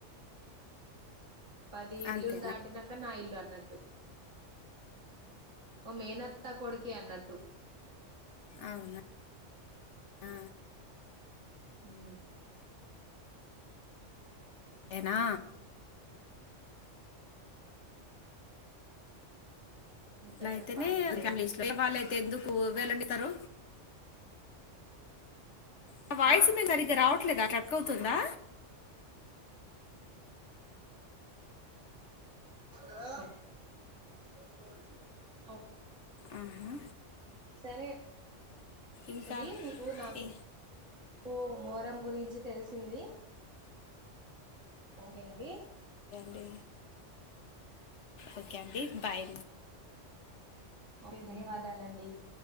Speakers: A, on the right; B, on the left.
A: పది ఇల్లులు
B: అంతేనా
A: దాటినంక నా ఇల్లు అన్నట్టు ఓ మేనత్ త్త కొడుకే అన్నట్టు
B: అవునా అ
A: మ్
B: అనా
A: ఇంకా
B: అట్లా అయితేనే
A: చెప్పాలి ఏంటి
B: వేరే వాళ్ళయితే ఎందుకు విళ్ళని తరు న వాయిసు
A: ఆ
B: మీ సరిగ్గా రావట్లేదా స్ట్రక్ అవుతుందా
A: హలో
B: ఆహా
A: సరే
B: ఇంకా
A: అండి మీకు నాకు
B: ఏ
A: కు మోరం గురించి తెలిసింది ఓ కే మరి
B: డి ఓకే అండి బాయ్
A: ఓకే ధన్యవాదాలు అండి